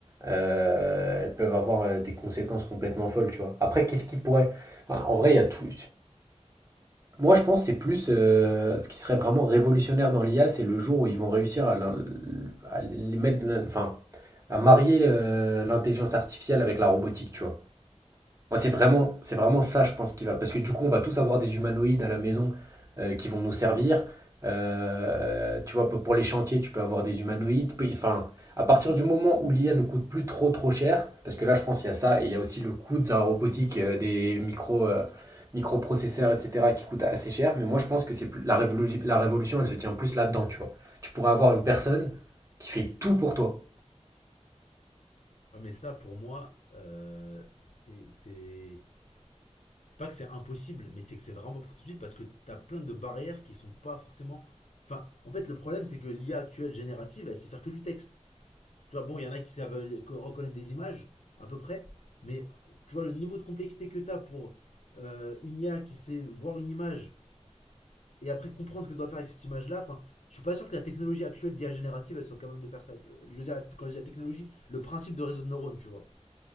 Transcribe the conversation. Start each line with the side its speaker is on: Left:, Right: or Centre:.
Right: euh, elles peuvent avoir euh, des conséquences complètement folles, tu vois. Après, qu'est-ce qui pourrait. Enfin, en vrai, il y a tout. Moi, je pense que c'est plus euh, ce qui serait vraiment révolutionnaire dans l'IA, c'est le jour où ils vont réussir à, l'in- à les mettre, l'in- enfin, à marier euh, l'intelligence artificielle avec la robotique, tu vois. Moi, c'est vraiment, c'est vraiment ça, je pense, qui va. Parce que du coup, on va tous avoir des humanoïdes à la maison euh, qui vont nous servir. Euh, tu vois, pour pour les chantiers, tu peux avoir des humanoïdes. Puis, Enfin, à partir du moment où l'IA ne coûte plus trop trop cher, parce que là, je pense qu'il y a ça, et il y a aussi le coût de la robotique, euh, des micro, euh, microprocesseurs, etc., qui coûte assez cher. Mais moi, je pense que c'est plus- la révolu- la révolution, elle se tient plus là-dedans, tu vois. Tu pourrais avoir une personne qui fait tout pour toi.
Left: Ouais, mais ça, pour moi, euh, c'est- c'est c'est pas que c'est impossible, mais c'est que c'est vraiment pas pour tout de suite parce que t'as plein de barrières qui sont pas forcément. Enfin, en fait, le problème, c'est que l'IA actuelle générative, elle sait faire que du texte. Tu vois, bon, il y en a qui savent reconnaître des images, à peu près, mais tu vois, le niveau de complexité que t'as pour euh, une IA qui sait voir une image et après comprendre ce qu'elle doit faire avec cette image-là, enfin, je suis pas sûr que la technologie actuelle d'IA générative, elle soit capable de faire ça. Je veux dire, quand je dis la technologie, le principe de réseau de neurones, tu vois.